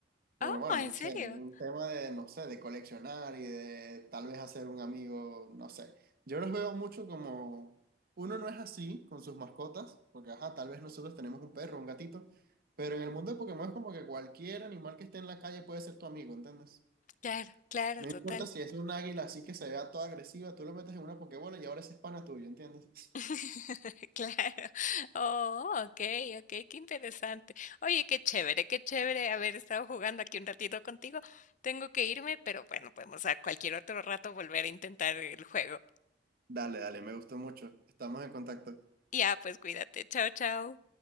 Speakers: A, on the right (about 55°); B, on the left (about 45°).
A: Por,
B: Oh,
A: bueno,
B: ¿en
A: no
B: serio?
A: sé, un tema de, no sé, de coleccionar y de tal vez hacer un amigo, no sé. Yo los veo mucho como, uno no es así con sus mascotas, porque ajá, tal vez nosotros tenemos un perro, un gatito, pero en el mundo de Pokémon es como que cualquier animal que esté en la calle puede ser tu amigo, ¿entiendes?
B: Claro, claro,
A: No importa
B: total.
A: si es un águila así que se vea toda agresiva, tú lo metes en una Pokébola y ahora ese es pana tuyo, ¿entiendes?
B: <laughs>
A: <laughs>
B: Claro. Oh, okey, okey, qué interesante. Oye, qué chévere, qué chévere haber estado jugando aquí un ratito contigo. Tengo que irme, pero bueno, podemos a cualquier otro rato volver a intentar el juego.
A: Dale, dale, me gustó mucho. Estamos en contacto.
B: Ya, pues cuídate. Chao, chao.